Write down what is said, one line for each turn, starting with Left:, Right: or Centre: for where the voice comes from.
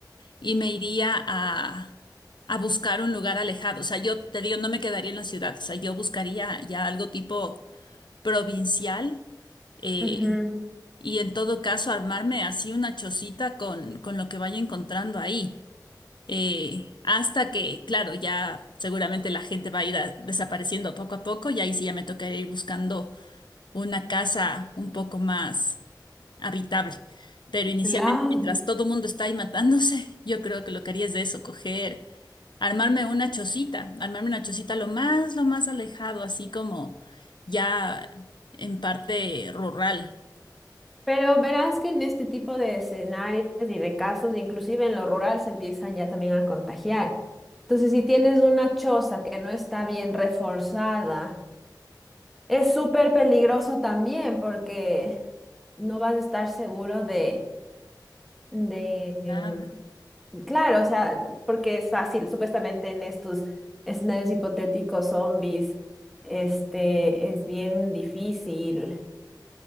Left: y me iría a, a buscar un lugar alejado. O sea, yo te digo, no me quedaría en la ciudad. O sea, yo buscaría ya algo tipo provincial eh,
Centre: ujú.
Left: y en todo caso armarme así una chocita con, con lo que vaya encontrando ahí. Eh, hasta que, claro, ya seguramente la gente va a ir a- desapareciendo poco a poco y ahí sí ya me tocaría ir buscando una casa un poco más habitable. Pero inicialmente,
Centre: Claro.
Left: mientras todo el mundo está ahí matándose, <laughs> yo creo que lo que haría es de eso, coger, armarme una chocita, armarme una chocita lo más, lo más alejado, así como ya en parte rural.
Centre: Pero verás que en este tipo de escenarios y de casos, inclusive en lo rural, se empiezan ya también a contagiar. Entonces, si tienes una choza que no está bien reforzada, es súper peligroso también porque no vas a estar seguro de de,
Left: Nada.
Centre: em, claro, o sea, porque es fácil, supuestamente en estos escenarios hipotéticos, zombies, este, es bien difícil,